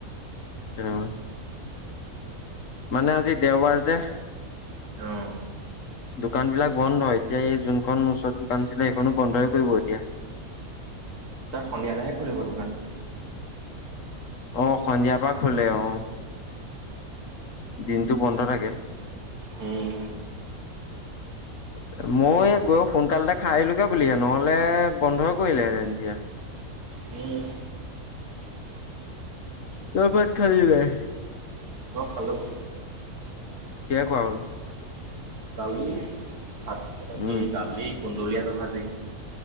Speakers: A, on the left; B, on the right.
A: আৰু মানে আজি দেওবাৰ যে।
B: উম।
A: দোকানবিলাক বন্ধ, এতিয়া এই যোনখন ওচৰত দোকান আছিলে সেইখনো বন্ধই কৰিব এতিয়া।
B: তাত সন্ধিয়ালৈহে খুলিব দোকান।
A: অহ, সন্ধিয়াৰ পৰা খোলে অহ। দিনটো বন্ধ থাকে।
B: উম।
A: <inaudible> মই গৈ সোনকালতে খাই আহলোগে বুলিহে, নহ'লে বন্ধই কৰিলেহেঁতেন এতিয়া।
B: উম।
A: তই ভাত খালি নাই?
B: অহ, খালোঁ।
A: কিহে খোৱা হ'ল।
B: দালি ভাত,
A: উম
B: কি দালি কুন্দলি আলু ভাজি।